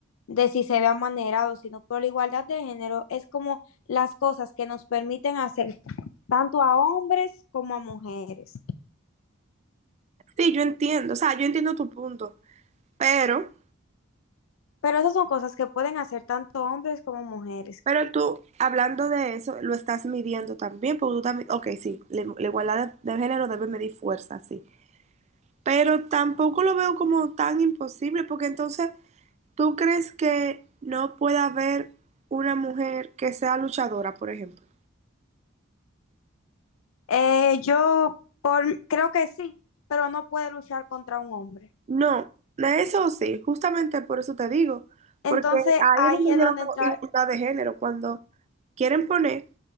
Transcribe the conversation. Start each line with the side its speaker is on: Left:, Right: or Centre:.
Left: de si se ve amanerado, sino pero la igualdad de género es como las cosas que nos permiten hacer tanto a hombres como a mujeres.
Right: Sí, yo entiendo, o sea, yo entiendo tu punto, pero...
Left: Pero esas son cosas que pueden hacer tanto hombres como mujeres.
Right: Pero tú, hablando de eso, lo estás midiendo también, porque tú también, ok, sí, la, la igualdad de, de género debe medir fuerza, sí, pero tampoco lo veo como tan imposible, porque entonces, ¿tú crees que no pueda haber una mujer que sea luchadora, por ejemplo?
Left: Eh, yo por, creo que sí, pero no puede luchar contra un hombre.
Right: No, de eso sí, justamente por eso te digo,
Left: Entonces
Right: porque ahí
Left: ahí
Right: es donde
Left: es
Right: yo
Left: donde
Right: no veo
Left: entra
Right: igualdad de género, cuando quieren poner